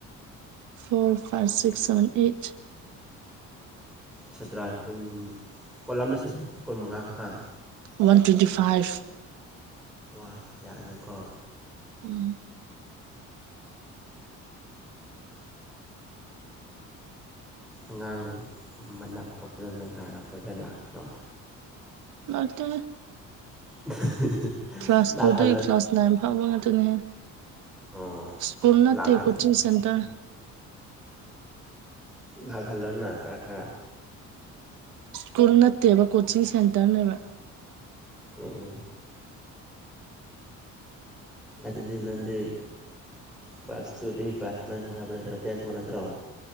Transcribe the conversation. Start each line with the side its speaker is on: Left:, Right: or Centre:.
Right: four five six seven eight
Centre: ꯁꯇ꯭ꯔꯥ ꯀꯨꯟ ꯄꯨꯂꯞꯅ ꯁꯇ꯭ꯔꯥ ꯀꯨꯟ ꯃꯉꯥ ꯈꯛꯇꯥ
Right: ꯋꯥꯟ ꯇꯣꯏꯟꯇꯤ ꯐꯥꯏꯚ
Centre: ꯋꯥ ꯌꯥꯃꯦꯀꯣ
Right: ꯎꯝ <inaudible>
Centre: ꯑꯉꯥꯡ ꯃꯅꯞꯀ ꯐꯖꯟꯅ ꯇꯥꯔꯛꯄꯒ ꯂꯥꯛꯇ꯭ꯔꯣ
Right: ꯂꯥꯛꯇꯦꯗ
Centre: <unintelligible>
Right: ꯀ꯭ꯂꯥꯁ
Centre: ꯂꯥꯛꯍꯜꯂꯣ
Right: ꯇꯨꯗꯩ ꯀ꯭ꯂꯥꯁ ꯅꯥꯏꯟ ꯐꯥꯎꯕ ꯉꯥꯛꯇꯅꯦꯍꯦ
Centre: ꯑꯣ
Right: ꯁ꯭ꯀꯨꯜ ꯅꯠꯇꯦ
Centre: ꯂꯥꯛꯍꯜ
Right: ꯀꯣꯆꯤꯡ ꯁꯦꯟꯇ꯭ꯔ
Centre: ꯂꯥꯛꯍꯜꯂꯣꯅꯥ ꯈꯔ ꯈꯔ
Right: ꯀꯨꯜ ꯅꯠꯇꯦꯕ ꯀꯣꯆꯤꯡ ꯁꯦꯟꯇ꯭ꯔꯅꯦꯕ
Centre: <unintelligible> ꯑꯗꯨꯗꯤ ꯅꯪꯗꯤ ꯀ꯭ꯂꯥꯁ ꯇꯨꯗꯒꯤ ꯀ꯭ꯂꯥꯁ ꯅꯥꯏꯟ ꯐꯥꯎ ꯍꯥꯏꯕ ꯅꯠꯇ꯭ꯔꯣ ꯇꯦꯟ ꯐꯥꯎ ꯅꯠꯇ꯭ꯔꯣ